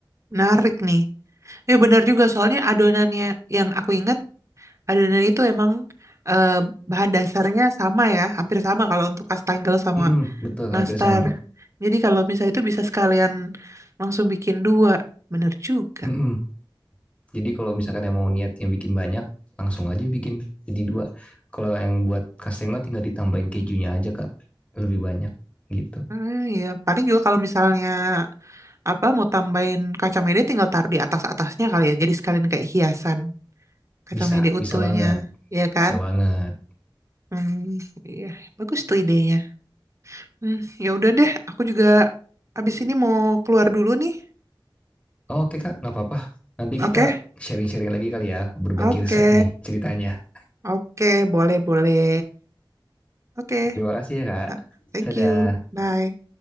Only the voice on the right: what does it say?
menarik nih. Ya benar juga, soalnya adonannya yang aku ingat Adonan itu emang eh, bahan dasarnya sama ya, hampir sama kalau untuk kastengel sama
nastar.
Jadi kalau misalnya itu bisa sekalian langsung bikin dua, bener juga.
Ah, ya paling juga kalau misalnya apa mau tambahin kacang mede tinggal taruh di atas-atasnya kali ya. Jadi sekalian kayak hiasan kacang
mede utuhnya,
ya kan?
Hmm, iya, bagus tuh idenya. Hmm, ya udah deh, aku juga abis ini mau keluar dulu nih.
Oke,
oke.
Oke, boleh, boleh. Oke,
ah, thank
you. Bye.